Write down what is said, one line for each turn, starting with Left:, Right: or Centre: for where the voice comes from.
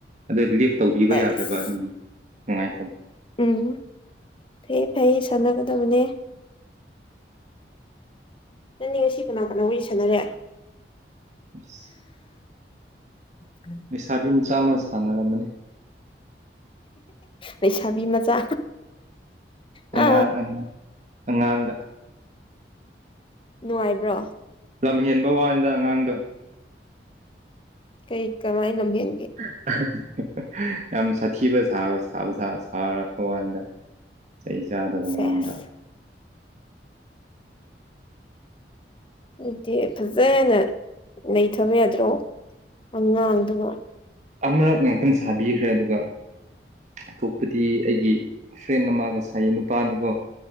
Right: ꯑꯗꯨ ꯂꯤꯐ ꯇꯧꯕꯤꯕ
Left: ꯑꯦꯁ
Right: ꯌꯥꯗꯕ ꯑꯗꯨꯝ ꯅꯨꯡꯉꯥꯏꯇꯕ
Left: ꯎꯝ ꯐꯦ ꯐꯩꯌꯦ ꯁꯥꯟꯅꯒꯗꯕꯅꯦ ꯅꯪꯗꯤ ꯉꯁꯤ ꯀꯅꯥ ꯀꯅꯥ ꯋꯥꯔꯤ ꯁꯥꯟꯅꯔꯦ
Right: ꯑꯁ
Left: ꯎꯝ
Right: ꯂꯩꯁꯥꯕꯤ ꯃꯆꯥ ꯑꯃ ꯁꯟꯅꯔꯝꯕꯅꯦ
Left: ꯂꯩꯩꯁꯥꯕꯤ ꯃꯆꯥ ꯑ
Right: ꯑꯉꯥꯡ ꯑꯉꯥꯡ ꯑꯉꯥꯡꯗ
Left: ꯅꯨꯡꯉꯥꯏꯕ꯭ꯔꯣ
Right: ꯂꯝ ꯍꯦꯟꯕ ꯋꯥꯅꯤꯗ ꯑꯉꯥꯡꯗꯣ
Left: ꯀꯩ ꯀꯃꯥꯏ ꯂꯝꯍꯦꯟ
Right: <inaudible> ꯍꯥ ꯍꯥ ꯌꯥꯝ ꯁꯥꯊꯤꯕ ꯁꯥꯕ ꯁꯥꯕ ꯁꯥ ꯁꯥꯔꯛꯄ ꯋꯥꯅꯤꯗ ꯆꯩ ꯆꯥꯗꯕ
Left: ꯁꯦꯁ
Right: ꯃꯥꯡꯗ
Left: ꯑꯗꯨꯗꯤ ꯐꯖꯅ ꯅꯩꯊꯕ ꯌꯥꯗ꯭ꯔꯣ ꯑꯉꯥꯡꯗꯨꯕꯣ
Right: ꯑꯃꯔꯛ ꯉꯥꯛꯇꯪ ꯁꯥꯕꯤꯈ꯭ꯔꯦ ꯑꯗꯨꯒ ꯑꯇꯣꯞꯄꯗꯤ ꯑꯩꯒꯤ ꯐ꯭ꯔꯦꯟ ꯑꯃꯒ ꯁꯥꯏꯌꯦ ꯅꯨꯄꯥꯅꯤꯀꯣ